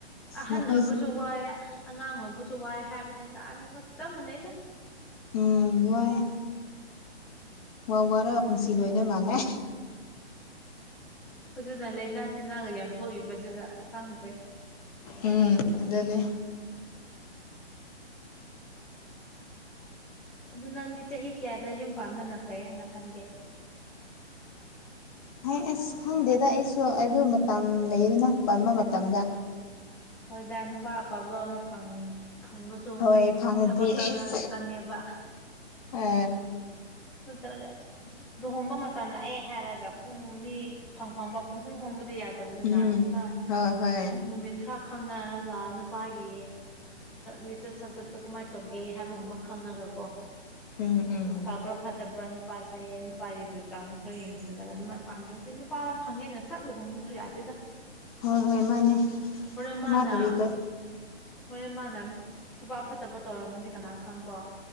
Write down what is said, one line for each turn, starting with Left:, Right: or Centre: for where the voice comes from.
Centre: ꯑꯍꯟ
Left: ꯅꯈꯣꯏ
Centre: ꯑꯣꯏꯕꯁꯨ ꯋꯥꯏꯑꯦ ꯑꯉꯥꯡ ꯑꯣꯏꯕꯁꯨ ꯋꯥꯏ ꯍꯥꯏꯕꯅꯦꯇ ꯑꯅꯤꯃꯛ ꯆꯞ ꯃꯥꯟꯅꯩꯗ
Left: ꯎꯝ ꯋꯥꯏ ꯋꯥ ꯋꯥꯔ ꯄꯨꯟꯁꯤ ꯂꯣꯏꯗ ꯃꯥꯜꯂꯦ
Centre: ꯍꯧꯖꯤꯅ ꯂꯩꯥꯏꯅꯥ ꯇꯤꯟꯅꯥꯒ ꯌꯥꯝ ꯊꯣꯛꯏꯕꯁꯤꯒ ꯈꯪꯗ꯭ꯔꯦ
Left: ꯎꯝ ꯑꯗꯨꯅꯦ
Centre: ꯑꯗꯨ ꯅꯪꯗꯤ ꯆꯍꯤ ꯀꯌꯥꯗ ꯌꯨꯝ ꯄꯥꯟꯕꯅ ꯐꯩ ꯍꯥꯏꯅ ꯈꯟꯒꯦ
Left: <inaudible> ꯍꯥꯏ ꯑꯁ ꯈꯪꯗꯦꯗ ꯑꯩꯁꯨ ꯑꯗꯨ ꯃꯇꯝ ꯂꯩꯗꯨꯅ ꯄꯟꯕ ꯃꯇꯝꯗ
Centre: ꯍꯣꯏꯗ ꯅꯨꯄꯥ ꯑꯐꯕ ꯑꯃ ꯐꯪꯉ ꯐꯪꯕꯁꯨ
Left: ꯍꯣꯏ ꯐꯪꯉꯗꯤ
Centre: ꯊꯕꯛ
Left: ꯑꯦꯁ
Centre: ꯆꯪꯉꯦꯕ
Left: ꯑ
Centre: ꯅꯠꯇ꯭ꯔꯒ ꯂꯨꯍꯣꯡꯕ ꯃꯇꯝ ꯂꯥꯛꯑꯦ ꯍꯥꯏꯔꯒ ꯄꯨꯡ ꯃꯤ ꯐꯪ ꯐꯪꯕ ꯄꯪꯍꯣꯡ ꯍꯣꯡꯕꯗꯤ ꯌꯥꯗꯕꯅꯤꯅ
Left: ꯎꯝ
Centre: ꯈꯔ
Left: ꯍꯣꯏ ꯍꯣꯏ
Centre: ꯅꯨꯃꯤꯠ ꯈꯔ ꯈꯪꯅꯔꯒ ꯅꯨꯄꯥꯒꯤ ꯂꯤꯆꯠ ꯁꯥꯠꯆꯠꯇꯣ ꯀꯃꯥꯏꯅ ꯇꯧꯒꯦ ꯍꯥꯏꯕꯒꯨꯝꯕ ꯈꯪꯉꯒ ꯀꯣ
Left: ꯎꯝ ꯎꯝ
Centre: ꯐꯕ꯭ꯔꯥ ꯐꯠꯇꯕ꯭ꯔꯥ ꯅꯨꯄꯥꯁꯦ ꯅꯨꯄꯥꯒꯤ ꯕꯦꯛꯒ꯭ꯔꯥꯎꯟꯗꯣ ꯈꯔ ꯌꯦꯡꯁꯤꯜꯂꯒ ꯑꯗꯨꯃꯥꯏꯅ ꯄꯥꯟꯒꯔꯗꯤ ꯅꯨꯄꯥ ꯐꯪꯉꯦꯅ ꯁꯠ ꯂꯨꯍꯣꯡꯕꯁꯨ ꯌꯥꯗꯦꯗ
Left: ꯍꯣꯏ ꯍꯣꯏ ꯃꯥꯅꯦ
Centre: ꯍꯣꯔꯦꯟ ꯃꯥꯅ
Left: ꯃꯥ ꯀꯔꯤ ꯇꯧ
Centre: ꯍꯣꯔꯦꯟ ꯃꯥꯅ ꯊꯕꯛ ꯐꯠꯇꯕ ꯇꯧꯔꯝꯃꯗꯤ ꯀꯅꯥ ꯈꯪ ꯀꯣ